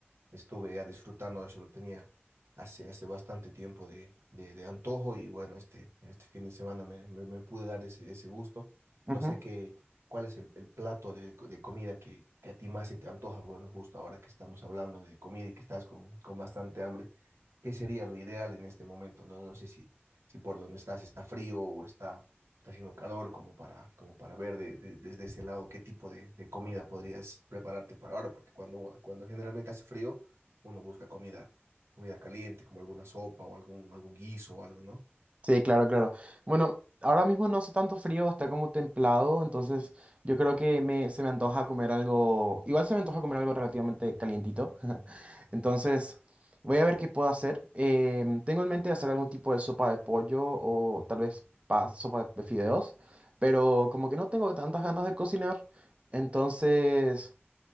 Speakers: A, on the right (about 85°); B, on the right (about 30°).
A: estuve ya disfrutando eso, lo tenía hace, hace bastante tiempo de, de, de antojo y bueno, este, este fin de semana me, me, me pude dar ese, ese gusto.
B: Ujú.
A: No sé qué, cuál es el, el plato de, de comida que, que a ti más se te antoja, bueno, justo ahora que estamos hablando de comida y que estás con, con bastante hambre, ¿qué sería lo ideal en este momento? No, no sé si si por donde estás está frío o está, está haciendo calor, como para, como para ver de- de- desde ese lado qué tipo de, de comida podrías prepararte para ahora, porque cuando, cuando generalmente hace frío, uno busca comida, comida caliente, como alguna sopa o algún, algún guiso o algo, ¿no?
B: Sí, claro, claro. Bueno, ahora mismo no hace tanto frío, está como templado, entonces yo creo que me, se me antoja comer algo, igual se me antoja comer algo relativamente calientito. <laughs> Entonces, voy a ver qué puedo hacer. Em, tengo en mente hacer algún tipo de sopa de pollo o tal vez pa- sopa de fideos, pero como que no tengo tantas ganas de cocinar, entonces...